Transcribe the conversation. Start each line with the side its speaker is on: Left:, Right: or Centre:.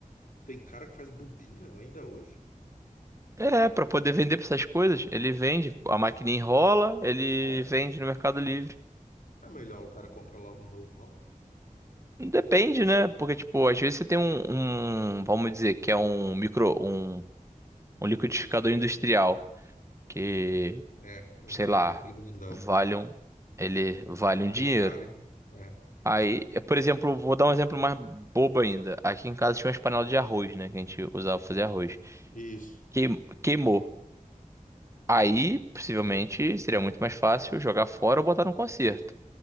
Left: Tem cara que faz bobina ainda hoje?
Right: É, pra poder vender pra essas coisas, ele vende, a maquininha enrola, ele
Left: É,
Right: vende no Mercado Livre.
Left: é melhor o cara comprar logo um novo, não?
Right: Depende, né? Porque, tipo, às vezes você tem um, um, vamos dizer, que é um micro, um, um
Left: Um
Right: liquidificador
Left: liquidificador.
Right: industrial, que,
Left: É, verdade,
Right: sei lá,
Left: tem aquele grandão.
Right: vale um, ele vale
Left: Aquele
Right: um dinheiro.
Left: é caro, hein? É.
Right: Aí, eu, por exemplo, vou dar um exemplo mais bobo ainda. Aqui em casa tinha umas panelas de arroz, né? Que a gente usava pra fazer arroz.
Left: Isso.
Right: Queim- Queimou. Aí, possivelmente, seria muito mais fácil jogar fora ou botar num concerto.